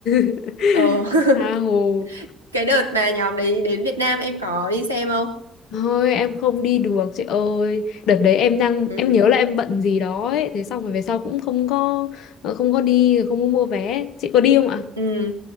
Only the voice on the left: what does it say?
<laughs>
tha hồ
Thôi em không đi được chị ơi Đợt đấy em đang
Em nhớ là em bận gì đó ấy Thế xong rồi về sau cũng không có ờ, Không có đi không có mua vé Chị có đi không ạ